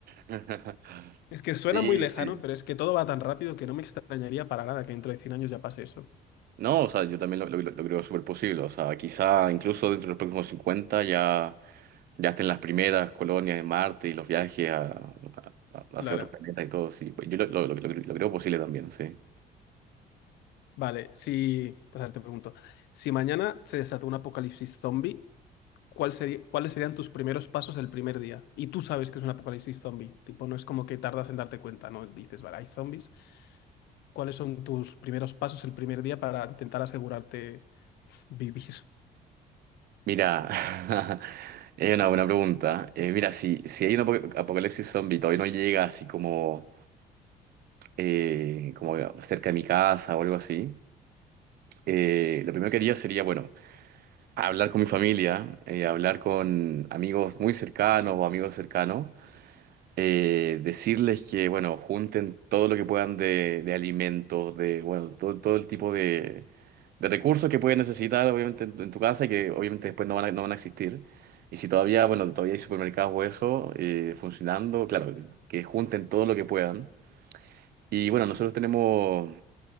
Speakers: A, on the right; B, on the left.
A: <laughs>
B: Es que suena
A: Sí,
B: muy lejano,
A: sí.
B: pero es que todo va tan rápido que no me extrañaría para nada que dentro de cien años ya pase eso.
A: No, o sea, yo también lo, lo- lo creo súper posible. O sea, quizá incluso dentro de los próximos 50 ya, ya estén las primeras colonias de Marte y los viajes a- a- a-
B: Claro.
A: hacia otros planetas y todo. Sí, Pues yo lo, lo- lo- lo creo posible también, sí.
B: Vale, si, pues ahora te pregunto, si mañana se desata un apocalipsis zombie, cuál sería- cuáles serían tus primeros pasos el primer día. Y tú sabes que es un apocalipsis zombie. Tipo, no es como que tardas en darte cuenta, ¿no? Dices, vale, hay zombies. ¿Cuáles son tus primeros pasos el primer día para intentar asegurarte vivir?
A: Mira, <laughs> es una buena pregunta. Eh, mira, si, si hay un apo- apocalipsis zombie y todavía no llega así como, eh, como cerca de mi casa o algo así, eh, lo primero que haría sería, bueno, hablar con mi familia, eh, hablar con amigos muy cercanos o amigos cercanos eh, decirles que, bueno, junten todo lo que puedan de, de alimentos, de, bueno, todo, todo el tipo de, de recursos que pueden necesitar, obviamente, en, en tu casa y que obviamente después no van a, no van a existir. Y si todavía, bueno, todavía hay supermercados o eso eh, funcionando, claro, que junten todo lo que puedan. Y bueno, nosotros tenemos,